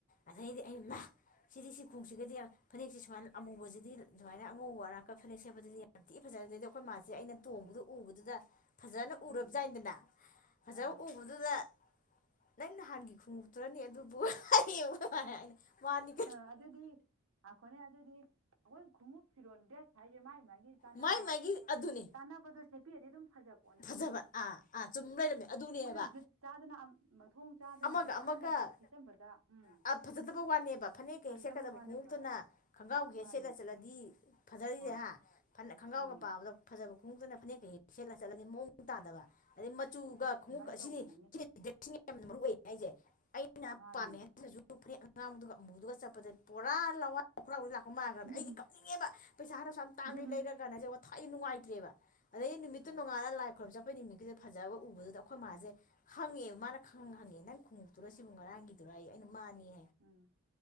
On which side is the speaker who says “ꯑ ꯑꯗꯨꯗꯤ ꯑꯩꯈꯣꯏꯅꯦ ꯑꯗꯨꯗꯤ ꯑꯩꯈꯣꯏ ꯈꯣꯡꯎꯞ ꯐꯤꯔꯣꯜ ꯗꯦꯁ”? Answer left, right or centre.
Right